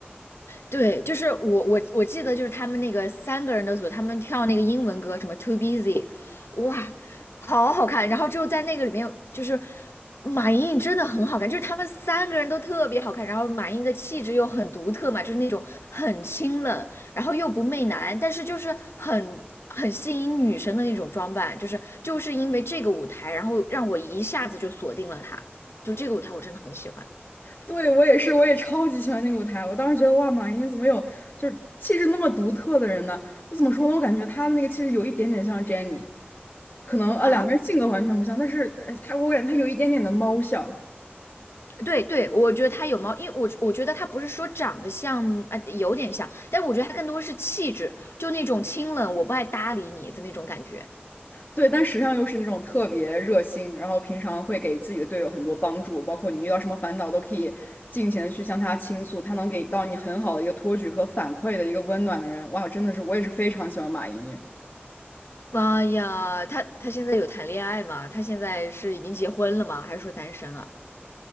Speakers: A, on the left; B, on the left.
A: 对，就是我我我记得就是他们那个三个人的组，他们跳那个英文歌，什么 Too Busy，哇，好好看。然后之后在那个里面，就是马莹莹真的很好看，就是他们三个人都特别好看。然后马莹莹的气质又很独特嘛，就是那种很清冷，然后又不媚男，但是就是很很吸引女生的那种装扮。就是就是因为这个舞台，然后让我一下子就锁定了她，就这个舞台我真的很喜欢
B: 对，我也是，我也超级喜欢那个舞台。我当时觉得哇，马云怎么有就是气质那么独特的人呢？就怎么说呢？我感觉他的那个气质有一点点像 Jennie，可能啊两个人性格完全不像，
A: 啊。
B: 但是呃他我感觉他有一点点的猫像。
A: 对对，我觉得他有猫，因为我我觉得他不是说长得像，啊、有点像，但我觉得他更多是气质，就那种清冷，我不爱搭理你的那种感觉。
B: 对，但实际上又是那种特别热心，然后平常会给自己的队友很多帮助，包括你遇到什么烦恼都可以尽情的去向他倾诉，他能给到你很好的一个托举和反馈的一个温暖的人。哇，真的是我也是非常喜欢马莹莹。
A: 妈呀，他他现在有谈恋爱吗？他现在是已经结婚了吗？还是说单身啊？